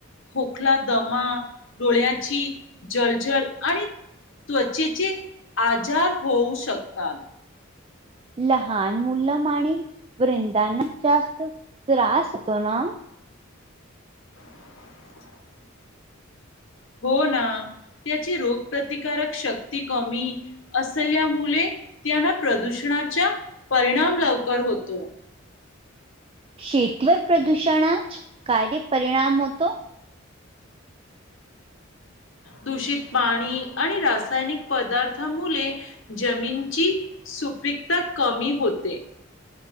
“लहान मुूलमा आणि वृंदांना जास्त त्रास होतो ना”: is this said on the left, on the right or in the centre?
Right